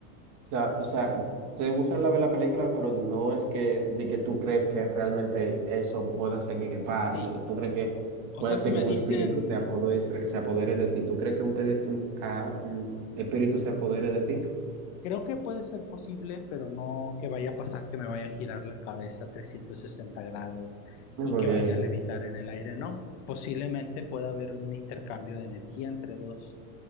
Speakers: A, on the right; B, on the left.
A: sea, o sea, te gusta la ver la película, pero no es que de que tú crees que realmente eso pueda ser que pase.
B: Sí,
A: Tú crees que
B: o
A: puede
B: sea,
A: ser
B: si me
A: que un
B: dicen...
A: espíritu te apodere, se apodere de ti. ¿Tú crees que un, pedi- un- ah, un espíritu se apodere de ti?
B: Creo que puede ser posible, pero no que vaya a pasar que me vaya a girar la cabeza 360 grados
A: No,
B: y
A: Porque,
B: que vaya a levitar en el aire, no. Posiblemente pueda haber un intercambio de energía entre dos,